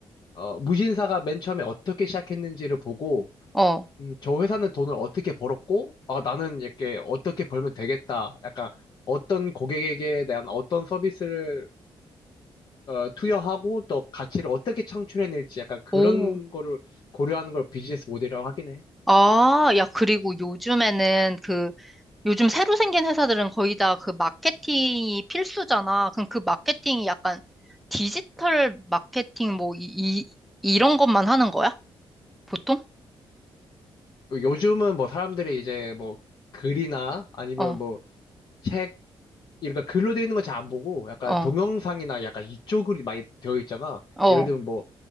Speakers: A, on the left (about 50°); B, in the centre.
A: 어 무신사가 맨 처음에 어떻게 시작했는지를 보고
B: 어,
A: 음, 저 회사는 돈을 어떻게 벌었고 아 나는 이렇게 어떻게 벌면 되겠다. 약간 어떤 고객에게 대한 어떤 서비스를 어, 투여하고 또 가치를 어떻게 창출해낼지 약간 그런
B: 오.
A: 거를 고려하는 걸 비즈니스 모델이라고 하긴 해.
B: 아, 야, 그리고 요즘에는 그 요즘 새로 생긴 회사들은 거의 다 그 마케팅이 필수잖아. 그럼 그 마케팅이 약간 디지털 마케팅 뭐 이, 이, 이런 것만 하는 거야? 보통?
A: 요즘은 뭐 사람들이 이제 뭐 글이나 아니면
B: 어,
A: 뭐 책, 그러니까 글로 되어 있는 거 잘 안 보고 약간
B: 어,
A: 동영상이나 약간 이쪽으로 많이 되어 있잖아.
B: 어,
A: 예를 들면 뭐